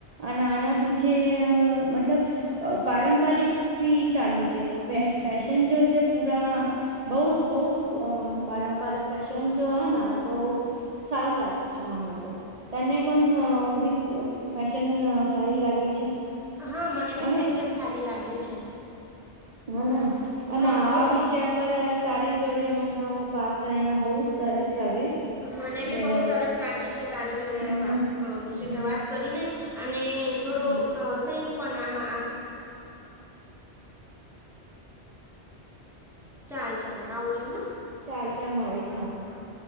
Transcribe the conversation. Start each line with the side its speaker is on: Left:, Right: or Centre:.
Right: અને આના પીછે મતલબ અ પારંપારિક ભી ચાલુ છે ફેશન જો છે પૂરા બહુ બહ પારંપરિક ફશન જો હૈ ના તો સારી લાગે છે માને તો. તને કોભી ફેશન સાડી લાગે છે.
Centre: હા મને બી
Right: હને
Centre: ફેશન સારી લાગે છે.
Right: હને અને
Centre: હા બહુ
Right: આ વિષ પર તારે જોડે મન બાત કરના બહત સરસ લાગે.
Centre: મને
Right: એ
Centre: બી બહુ સરસ લાગી છે તારી જોડે
Right: હમ
Centre: આ વાત વિશે
Right: હમ
Centre: વાત કરી ને. અને થોડો
Right: હ
Centre: સેન્સ પણ ચાલ છે પણ આવજો હા
Right: ચાલ ચાલ મળીશ
Centre: હા હા.